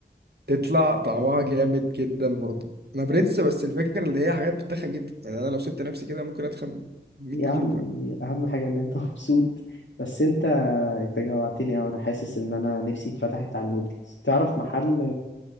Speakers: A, on the right; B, on the left.
A: تطلع طعمها جامد جدا برضه انا برنس بس الفكره اللي هي حاجات بتتخن جدا يعني انا لو سبت نفسي كده ممكن اتخن 100
B: يا
A: كيلو
B: عم
A: ف
B: اهم حاجه ان انت <laughs> مبسوط بس انت انت جوعتني اوي انا حاسس ان انا نفسي اتفتحت على النودلز تعرف محل